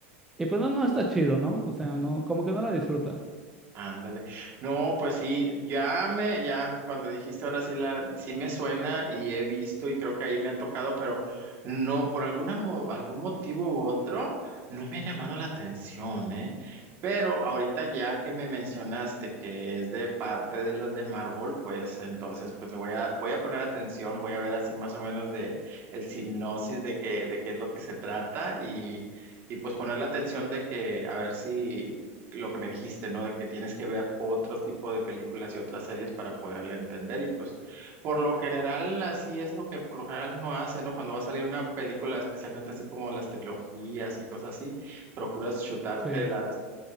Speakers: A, in the centre; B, on the right (about 30°).
A: y pues no, no está chido, ¿no? O sea, no, como que no la disfrutas.
B: Ándale. No, pues sí, ya me, ya, cuando dijiste ahora sí la, sí me suena y he visto y creo que ahí me ha tocado, pero no, por alguna, mo- algún motivo u otro, no me ha llamado la atención, ¿eh? Pero ahorita ya que me mencionaste que es de parte de las de Marvel, pues entonces pues le voy a, voy a poner atención, voy a ver así más o menos de el hipnosis de qué, de qué es lo que se trata y, y pues poner la atención de que a ver si lo que me dijiste, ¿no? De que tienes que ver otros tipo de películas y otras series para poderle entender. Y pues, por lo general, así es lo que por lo general uno hace, ¿no? Cuando va a salir una película, especialmente así como las trilogías y cosas así, procuras chutarte
A: Sí.
B: las,